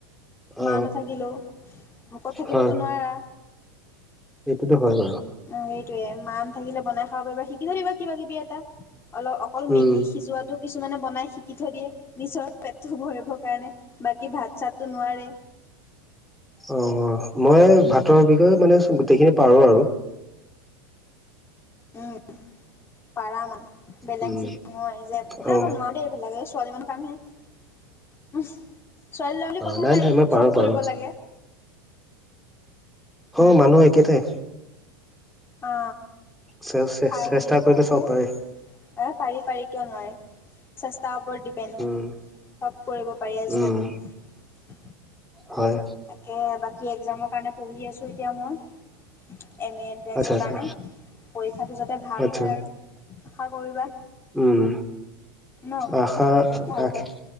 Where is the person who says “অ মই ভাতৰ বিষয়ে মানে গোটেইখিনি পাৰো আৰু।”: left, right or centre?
Centre